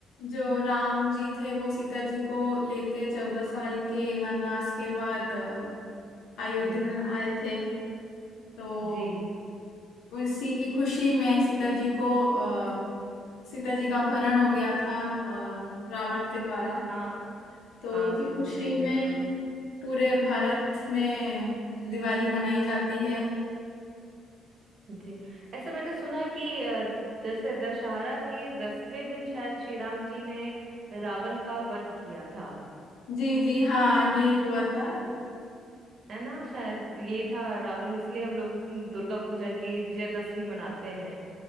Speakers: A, on the left; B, on the right.
A: जो राम जी थे वो सीता जी को लेके चौदह साल के वनवास के बाद अयोध्या
B: जी
A: आए थे तो
B: जी
A: उसी की खुशी में सीता जी को आ, सीता जी का अपहरण हो गया था अ, रावण के द्वारा
B: हाँ
A: तो
B: हाँ
A: उसी
B: बिल्कुल
A: खुशी
B: सही कह
A: में
B: रहे हो
A: पूरे भारत में दिवाली मनाई जाती है
B: जी ऐसा मैंने सुना है कि अ, जैसे दशहरा के दसवें दिन शायद श्री राम जी ने रावण का वध किया था
A: जी जी हाँ यही हुआ था
B: है ना शायद यही था रावण इसलिए हम लोग उस दिन दुर्गा पूजा की विजयदशमी मनाते हैं